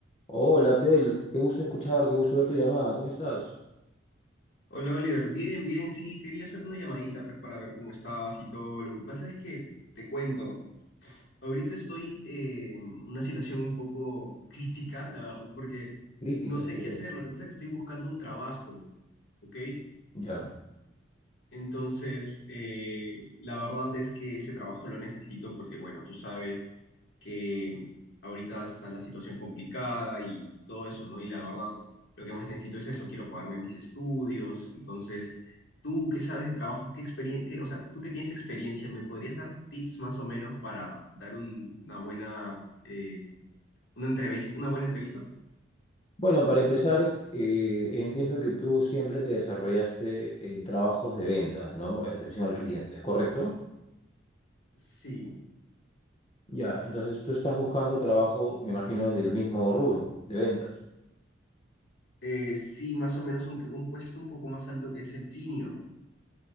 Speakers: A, on the left; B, on the left.
A: Hola Abdel, qué gusto escuchar, qué gusto ver tu llamada. ¿Cómo estás?
B: Hola Oliver, bien, bien, sí, quería hacer una llamadita pues para ver cómo estabas y todo. Lo que pasa es que te cuento, ahorita estoy eh, en una situación un poco <laughs> crítica, la verdad, porque
A: Crítica,
B: no sé
A: ¿por
B: qué
A: qué?
B: hacer. Lo que pasa es que estoy buscando un trabajo, ¿ok?
A: Ya.
B: Entonces, eh, la verdad es que ese trabajo lo necesito porque, bueno, tú sabes que ahorita está la situación complicada y, todo eso, ¿no? Y la verdad, lo que más necesito es eso, quiero pagarme mis estudios. Entonces, tú qué sabes de trabajos, qué experiencia, o sea, tú que tienes experiencia, ¿me podrías dar tips más o menos para dar un- una buena, eh, una entrevista, una buena entrevista?
A: Bueno, para empezar, eh, entiendo que tú siempre te desarrollaste en trabajos de ventas, ¿no? Eh, Atención al cliente, ¿es correcto?
B: Sí,
A: Ya, entonces tú estás buscando trabajo, me imagino, del mismo rubro, de ventas.
B: eh, sí, más o menos, aunque un puesto un poco más alto que es el senior.